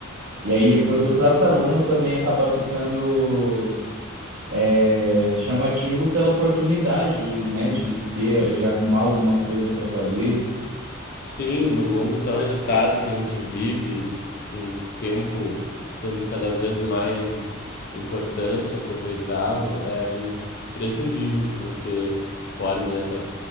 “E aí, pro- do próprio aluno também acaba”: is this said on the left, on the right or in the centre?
Right